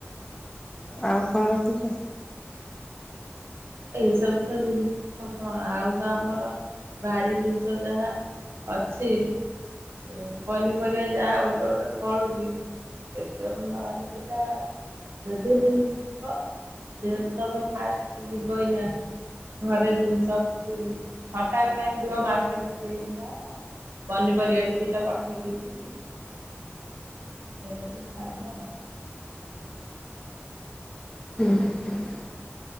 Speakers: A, on the left; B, on the right.
A: ଆଉ କଣ ରଖିଛ?
B: ଏଇ ସବୁ ତ ଜିନିଷ କଣ ଆଉ ତ ଆମର ବାରି ଜିନିଷ ଯାହା। ଅଛି ଏ ପନିପରିବା ଯାହା ଗୋଟେ ଗୋଟେ ଫଳୁଜି। ସେଦରୁ ନହଲେ ଦିଟା ଯଦି ନେଇକି ଯିବ ଯେହେତୁ ତମେ ଫାଷ୍ଟ କି ଯିବ ଏଇନା। ଘରେ ଜିନିଷ <unintelligible> ହଠାତ୍ କାହିଁକି ଯିବ ମାର୍କେଟରେ କିଣିକି ଖାଇବ। ପନିପରିବା ବି ଦିଟା ପଠେଇ ଦେଇଛି। ସେରା ବି ଖାଇବ ଆଉ।
A: <inaudible>